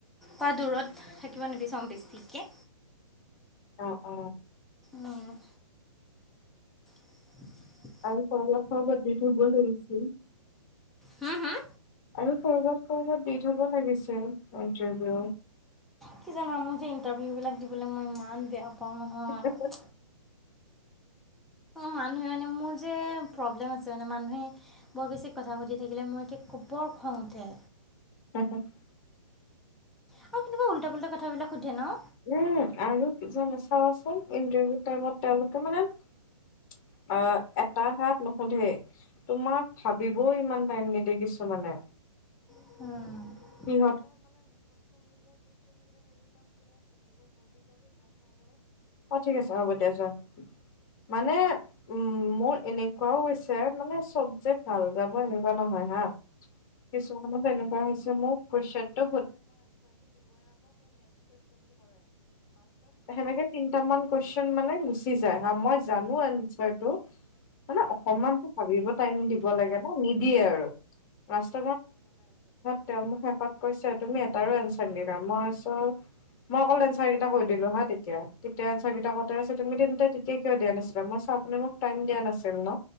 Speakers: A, in the centre; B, on the left (about 35°).
A: মই দূৰত থাকিব নিবিচাৰোঁ বেছিকৈ।
B: অ', অ'।
A: অ'। <inaudible>
B: <unintelligible>
A: হম, হুম?
B: আৰু কৰবাত কৰবাত দি থব লাগিছিল ইণ্টাৰভিউ।
A: কি জানা মোৰ যে, ইণ্টাৰভিউবিলাক দিবলৈ মই ইমান বেয়া পাওঁ নহয়।
B: উম,
A: মানুহে মানে মোৰ যে প্ৰব্লেম আছে মানে, মানুহে বৰ বেছি কথা সুধি থাকিলে মোৰ কি 'বৰ খওঁ উঠে!
B: <inaudible>
A: আৰু কেনেকুৱা উল্টা পোল্টা কথাবিলাক সুধে ন!
B: উম আৰু কি জান চাবচোন! ইণ্টাৰভিউ টাইমত তেওঁলোকে মানে <unintelligible> তোমাক ভাবিবও ইমান টাইম নিদিয়ে কিছুমানে?
A: অ'!
B: <unintelligible> অ', ঠিক আছে! হ'ব দেয়া যোৱা! মানে মোৰ এনেকুৱাও হৈছে মানে <unintelligible> কিছুমানত তেনেকুৱা হৈছে? <unintelligible> লাষ্টত সেনেকে তিনটামান কুৱেশন মানে গুচি যায় হা! মই জানো এনচাৰটো? মানে অকমানতো ভাবিব টাইম দিব লাগে ন! নিদিয়ে আৰু? <unintelligible> তেওঁ মোক শেষত কৈছে তুমি এটাৰো এনচাবে নিদিলা! মই আছ মই অকল এনছাৰ কেইটা কৈ দিলো হা তেতিয়া! তেতিয়া এনছাৰ কেইটা কাই আছ তুমি <unintelligible> কিয় দিয়া নাছিলা! মই চা আপোনি মোক টাইম দিয়া নাছিল ন?